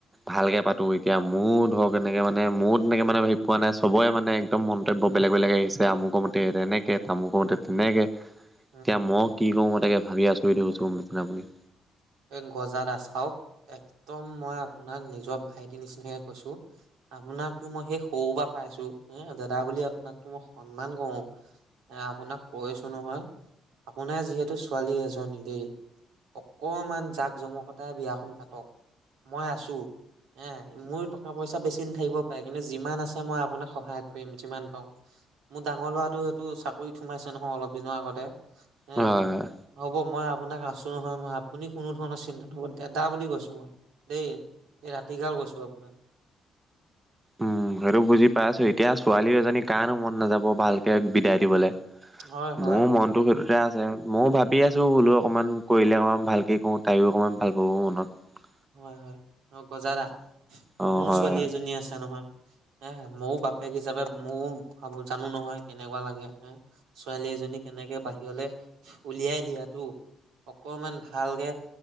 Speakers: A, on the right (about 20°); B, on the right (about 85°).
A: ভালকে পাতো এতিয়া মোৰ ধৰক এনেকে মানে মো তেনেকে মানে ভাবি পোৱা নাই চবেই মানে একদম মন্তব্য বেলেগ বেলেগ আহিছে। আমোকৰ মতে এনেকে তামোকৰ মতে তেনেকে
B: <inaudible>
A: এতিয়া মই কি কৰো মই তাকে ভাবি আচৰিত হৈ গৈছো গম পাইছে নে আপুনি?
B: এই গজাদা চাওক একদম মই আপোনাক নিজৰ ভাইটিৰ নিচিনাকে কৈছো। আপোনাকতো মই সেই সৰু পৰা পাইছো দাদা বুলি আপোনাকতো মই সন্মান কৰো। এ আপোনাক কৈছো নহয় আপোনাৰ যিহেতু ছোৱালী এজনী দেই। অকমান জাক, জমকতাই বিয়াখন পাতক, মই আছো। এ মোৰো টকা পইচা বেছি নাথাকিব পাৰে কিন্তু যিমান আছে মই আপোনাক সহায় কৰিম যিমান পাৰো। মোৰ ডাঙৰ ল'ৰাটো সেইটো চাকৰিত সোমাইছে নহয় অলপ দিনৰ আগতে হে
A: হয় হয়
B: হ'ব মই আপোনাক আছো নহয় মই আপুনি কোনো ধৰণৰ চিন্তা ক দাদা বুলি কৈছো মই দেই এই ৰাতিগাল কৈছো আপোনাক
A: উম, সেইটো বুজি পাই আছো এতিয়া ছোৱালী এজনী কাৰণো মন নাযাব ভালকে বিদায় দিবলে।
B: হয় হয়
A: মোৰ মনতটো সেইটোতে আছে। ময়ো ভাবি আছো বোলো অকণমান কৰিলে অকণমান ভালকে কওঁ, তাইও অকমান ভাল পাব মনত।
B: হয়-হয় অ, গজা দা
A: অ
B: মোৰ
A: হয়
B: ছোৱালী এজনী আছে নহয়। এ মইয়ো বাপেক হিচাপে মইয়ো ভাবো জানো নহয় কেনেকুৱা লাগে হোম ছোৱালী এজনী কেনেকে বাহিৰলে উলিয়াই দিয়াটো অকমান ভালকে